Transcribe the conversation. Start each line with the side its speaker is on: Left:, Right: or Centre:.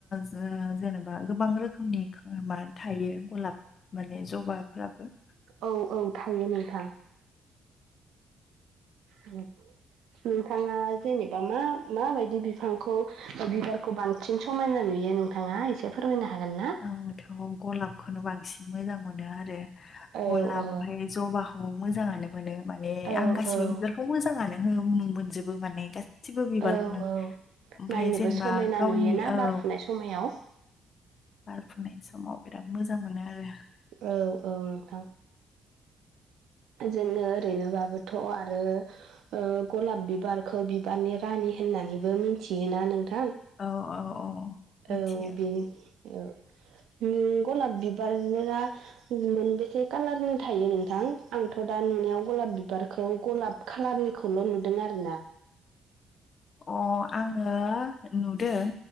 Left: जेनेबा गोबां रोखोमनि म थायो गलाब माने जबाफ्राबो
Right: औ औ थायो नोंथां। औ नोंथाङा जेनेबा मा माबायदि बिफांखौ बिबारखौ बांसिन थिन समायना नुयो नोंथाङा एसे फोरमायनो हागोन ना?
Left: आंथ' गलाबखौनो बांसिन मोजां मोनो आरो
Right: औ
Left: गलाब
Right: औ
Left: ओमफ्राय जबाखौ मोजाङानो मोनो माने
Right: औ
Left: आं गासिबो
Right: औ
Left: बिबारखौ खौ मोजाङानो हो मोनजोबो माने गा गासिबो बिबारखौनो
Right: औ औ
Left: ओमफाय
Right: नायनोबो
Left: जेनेबा
Right: समायना
Left: गावनि
Right: नुयोना
Left: औ
Right: बारफुनाय समायाव
Left: बारफुनाय समाव बिराद मोजां मोनो आरो
Right: औ औ नोंथां जोंनो ओरैनोबाबोथ' आरो ओ ग'लाब बिबारखौ बिबारनि रानि होननानैबो मिनथियोना नोंथां
Left: औ औ औ मिथियो
Right: औ बेनि औ ओम ग'लाब बिबार बिबारा मोनबेसे खालारनि थायो नोंथां आंथ' दा नुनायाव ग'लाब बिबारखौ गलाब खालारनिखौल' नुदों आरोना
Left: अ आङो नुदों